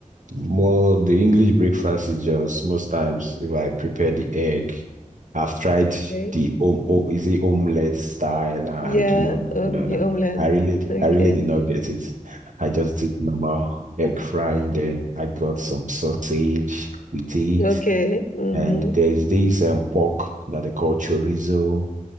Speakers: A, on the right; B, on the left.
A: more the English breakfast is just most times if I prepare the egg, I've tried
B: okay.
A: the om oh, is it omelette style and
B: Yeah,
A: no no
B: um,
A: no no. no.
B: yeah, omelette.
A: I really
B: Okay.
A: I really did not get it. I just did normal egg frying, then I got some sausage with it.
B: Okay. Mm-hmm.
A: And there's this um, pork that they call chorizo.